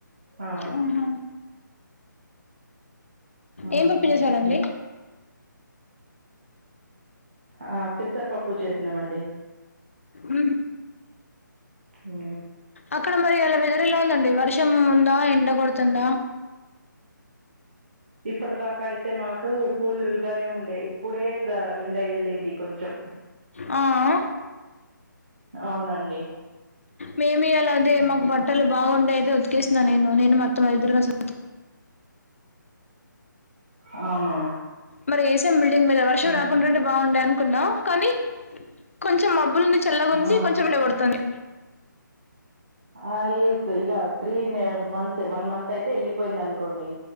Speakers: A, on the right; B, on the left.
A: అవును
B: ఆహా.
A: హ్మ్.
B: ఏం పప్పించేశారండి
A: ఆ పెసరపప్పు చేసినామండి
B: ఉహు.
A: ఊ
B: అక్కడ మరి ఇయల వేదర ఎలా ఉందండి వర్షం ఉందా ఎండ కొడుతుందా
A: ఇప్పటి దాకా అయితే మాకు కూలీలుగానే ఉండే ఇప్పుడే ద ఎండ ఎళ్ళింది కొంచెం
B: ఆ ఆ
A: అవునండి
B: మేమిఈయాలాదె మాకు బట్టలు బాగుండేది ఉతికేసిన నేను నేను మొత్తం ఐదు రోజులు
A: అవును
B: మరి ఏసేం బిల్డింగ్ మీద వర్షం
A: మ్మ్.
B: రాకుంటన్టే బాగుండే అనుకున్నాం కానీ కొంచెం మబ్బులుంది చల్లగా
A: ఆ,
B: ఉంది కొంచెం ఎండగొడుతుంది
A: ఆ ఈలెగ్ త్రీ మంత్స్ వన్ మంత్ అయితే ఎలిపోయింద అన్కోండి